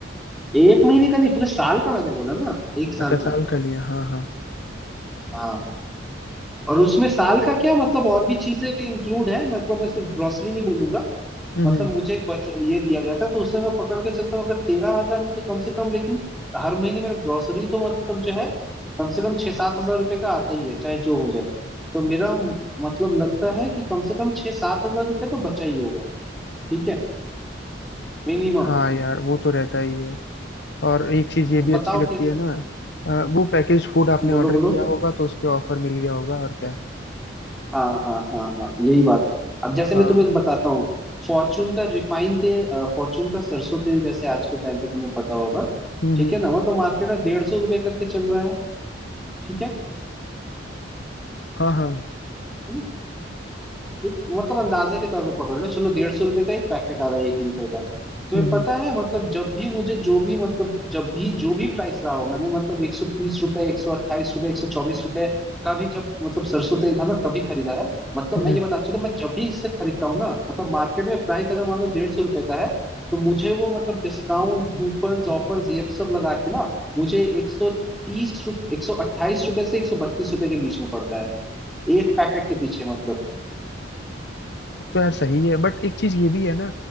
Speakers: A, in the centre; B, on the left.
A: एक महीने का नहीं पूरे साल का मैंने बोला ना एक साल
B: अच्छा साल
A: का
B: का लिया हाँ हाँ
A: हाँ और उसमें साल का क्या मतलब और भी चीजें इंक्लूड है मतलब मैं सिर्फ ग्रोसरी नहीं बोलूंगा
B: हम्म
A: मतलब
B: हम्म।
A: मुझे एक बज, ये दिया गया था तो उससे मैं पकड़ के चलता हूँ अगर तेरह हजार में तो कम से कम लेकिन हर महीने मेरा ग्रोसरी तो मतलब जो है कम से कम छह सात हजार रुपये का आता ही है चाहे जो हो जाए तो मेरा म- मतलब लगता है कि कम से कम छह सात हजार रुपये तो बचा ही होगा ठीक है मिनिमम
B: हाँ यार वो तो रहता ही है और एक चीज ये भी
A: बताओ
B: अच्छी लगती
A: कैसे
B: है ना अ, वो पैकेज फूड आपने
A: बोलो
B: ऑर्डर
A: बोलो
B: किया होगा तो उस पे ऑफर मिल गया होगा और क्या
A: हाँ हाँ हाँ हाँ यही बात है अब जैसे
B: हाँ
A: मैं तुम्हें बताता हूँ फॉर्चून का रिफाइंड तेल फॉर्चून का सरसों तेल जैसे आज के टाइम पे तुम्हें पता होगा
B: हम्म
A: ठीक
B: हम्म।
A: है ना मतलब मार्केट में डेढ़ सौ रुपए करके चल रहा है ठीक है
B: हाँ हाँ
A: है एक मतलब अंदाजे के तौर पे पकड़ लो चलो डेढ़ सौ रुपए का एक पैकेट आ रहा है एक लीटर का तुम्हें
B: हम्म
A: पता
B: हम्म
A: है मतलब जब भी मुझे जो भी मतलब जब भी जो भी प्राइस रहा हो मैंने मतलब एक सौ तीस रुपए एक सौ अट्ठाईस रुपए एक सौ चौबीस रुपए का भी जब मतलब सरसों तेल था ना तभी खरीदा है मतलब
B: हम्म।
A: मैं ये बताना चाहता हूँ मैं जब भी इससे खरीदता हूँ ना मतलब मार्केट में प्राइस अगर मान लो डेढ़ सौ रुपए का है तो मुझे वो मतलब डिस्काउंट कूपन ऑफर्स ये सब लगा के ना मुझे एक सौ तीस एक सौ अट्ठाईस रुपए से एक सौ बत्तीस रुपए के बीच में पड़ता है एक पैकेट के पीछे मतलब
B: तब तो यार सही है बट एक चीज ये भी है ना